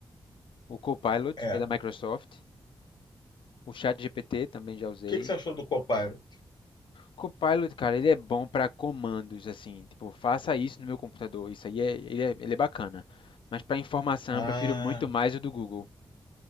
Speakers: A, on the left (about 80°); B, on the left (about 55°).
A: o Copilot,
B: é.
A: que é da Microsoft,
B: O
A: o ChatGPT também já usei.
B: que que você achou do Copilot?
A: Copilot, cara, ele é bom para comandos, assim, tipo, faça isso no meu computador. Isso aí é, ele é, ele é bacana. Mas para informação,
B: Ah,
A: eu prefiro muito mais o do Google.